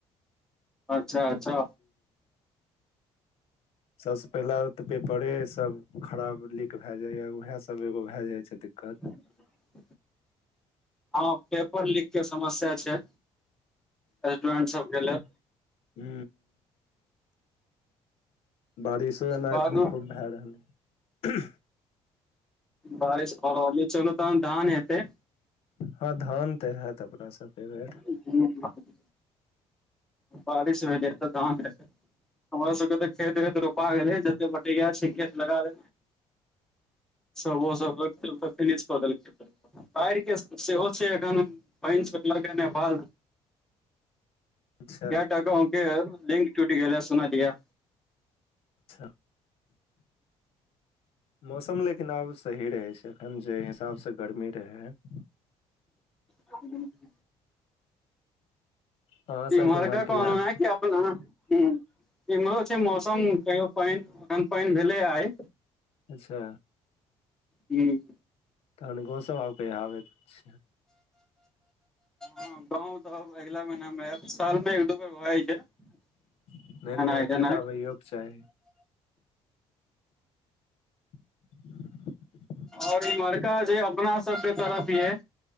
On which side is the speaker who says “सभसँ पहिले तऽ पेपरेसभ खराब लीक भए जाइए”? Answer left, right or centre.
Left